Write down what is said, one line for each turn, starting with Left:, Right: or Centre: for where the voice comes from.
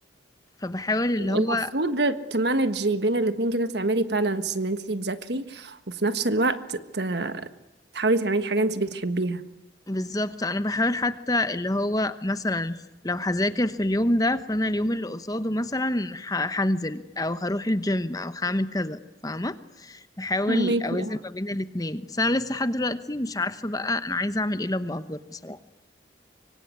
Left: فبحاول اللي هو
Right: المفروض تمانجي بين الاتنين كده تعملي بالانس ان انت تذاكري وفي نفس الوقت ت- تحاولي تعملي حاجه انت بتحبيها
Left: بالظبط انا بحاول حتى اللي هو مثلا لو هذاكر في اليوم ده فانا اليوم اللي قصاده مثلا ه- هنزل او هروح الجيم او هعمل كذا فاهمه بحاول
Right: فهماكي
Left: اوازن
Right: اه
Left: ما بين الاتنين بس انا لسه لحد دلوقتي مش عارفه بقى انا عايزه اعمل ايه لما اكبر بصراحه